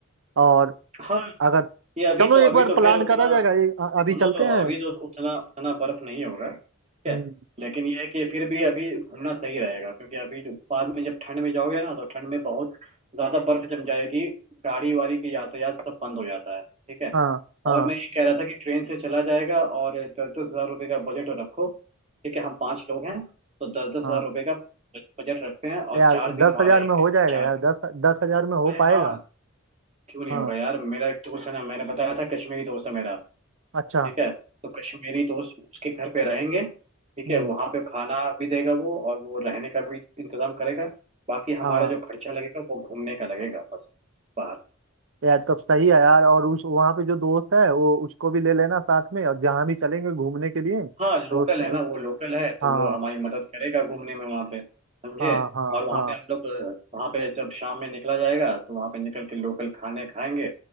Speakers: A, on the right; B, on the right.
A: और
B: हाँ
A: अगर
B: ये अभी
A: चलो
B: तो
A: एक
B: अभी
A: बार
B: तो
A: प्लान
B: खैर उतना
A: करा जाएगा ये अ- अभी
B: सुनो
A: चलते
B: तो
A: हैं
B: अभी तो उतना उतना बर्फ नहीं होगा ठीक
A: हम्म,
B: है लेकिन ये है कि फिर भी अभी घूमना सही रहेगा क्योंकि अभी जो बाद में जब ठंड में जाओगे ना तो ठंड में बहुत ज्यादा बर्फ जम जाएगी गाड़ी वाड़ी की यातायात सब बंद हो जाता है ठीक है
A: हाँ हाँ
B: और मैं ये कह रहा था कि ट्रेन से चला जाएगा और दस दस हजार रुपये का बजट रखो ठीक है हम पांच लोग हैं तो दस दस
A: हाँ
B: हजार रुपये का बजट रखते हैं और
A: यार
B: चार दिन
A: दस
B: वहाँ
A: हजार
B: रहेंगे
A: में हो जाएगा
B: चार
A: यार
B: दिन
A: दस दस हजार में हो
B: अरे
A: पाएगा
B: हाँ क्यों नहीं
A: हाँ
B: होगा यार मेरा एक दोस्त है ना मैंने बताया था कश्मीरी दोस्त है मेरा
A: अच्छा
B: ठीक है तो कश्मीरी दोस्त उसके घर पे रहेंगे ठीक
A: हम्म
B: है वहां पे खाना भी देगा वो और वो रहने का भी इंतजाम करेगा बाकी हमारा
A: हाँ
B: जो खर्चा लगेगा वो घूमने का लगेगा बस बाहर
A: यार तब सही है यार और उस वहाँ पे जो दोस्त है वो उसको भी ले लेना साथ में और जहाँ भी चलेंगे घूमने के लिए तो
B: हाँ लोकल
A: उस-
B: है ना वो लोकल है तो
A: हाँ
B: वो हमारी मदद करेगा घूमने में वहाँ पे समझे
A: हाँ हाँ
B: और वहाँ
A: हाँ
B: पे हम लोग अ, वहाँ पे जब शाम में निकला जाएगा तो वहाँ पे निकल के लोकल खाने खाएंगे